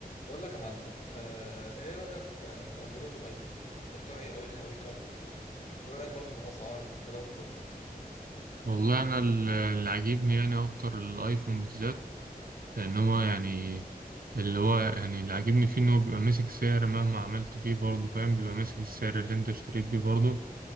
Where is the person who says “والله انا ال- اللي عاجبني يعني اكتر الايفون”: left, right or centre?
Right